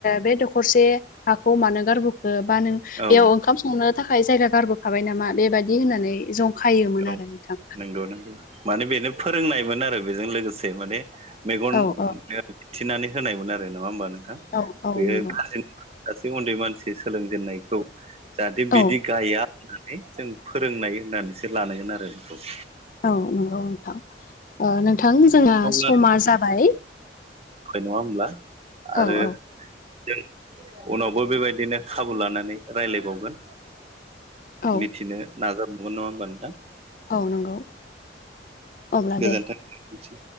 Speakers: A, on the left; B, on the right.
A: बे दखरसे हाखौ मानो गारबो बा नों बेयाव
B: औ
A: ओंखाम संनो थाखाय जायगा गारबोखाबाय नामा बेबायदि होननानै जं खायोमोन
B: औ
A: आरो नोंथां।
B: नंगौ नंगौ। माने बेनो फोरोंनायमोन आरो बेजों लोगोसे माने मेगन
A: औ औ
B: दिन्थिनानै होनायमोन आरो नङा होमबा नोंथां।
A: औ औ
B: बेयो
A: नंगौ
B: गाज्रि सासै उन्दै मानसि सोलोंजेननायखौ जाहाथे
A: औ
B: बिदि गाया होननानै जों फोरोंनाय होननानैसो लानांगोन आरो। बेखौ
A: औ नंगौ नोंथां नोंथां जोंहा
B: अब्ला
A: समा जाबाय।
B: नङा होमब्ला? आरो
A: औ औ
B: जों उनावबो बे बादिनो खाबु लानानै रायज्लायबावगोन।
A: औ
B: मिथिनो नाजाबगोन नङा होमबा नोंथां।
A: औ नंगौ। अब्ला
B: गोजोन्थोंसै।
A: दे